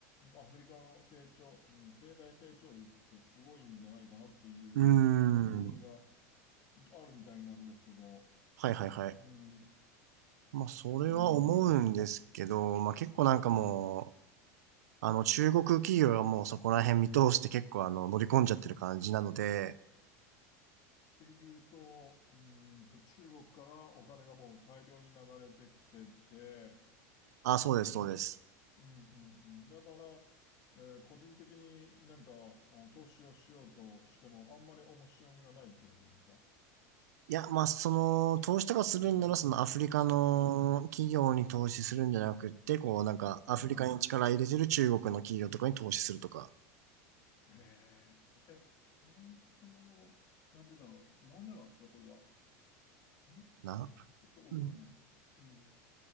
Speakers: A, on the left; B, on the right.
A: アフリカの成長、うん経済成長率ってすごいんじゃないかなっていう見込みが
B: うーん。
A: うんあるみたいなんですけど、
B: はいはいはい。
A: うん、
B: まあそれは思うんですけど、
A: なんで、
B: まあ結構なんかもう、あの中国企業はもうそこら辺見通して結構あの乗り込んじゃってる感じなので、
A: ていうと、うーんと、中国からお金がもう大量に流れてきてて、
B: あ、そうです、
A: うん、
B: そうです。
A: うん、うんだから、えー個人的に何かあ投資をしようとしても、あんまり面白みがないってことですか
B: いや、まあ、その、投資とかするんなら、
A: うん、
B: そのアフリカの企業に投資するんじゃなくって、
A: うん、
B: こう、なんか、
A: あは
B: アフリカに力入れてる中国の企業とかに投資するとか、
A: い。へえ、え、えーっと、なんでだろう。なんでなんですか、それは。ん
B: な。
A: ちょっとわかんない。
B: うん。
A: うん、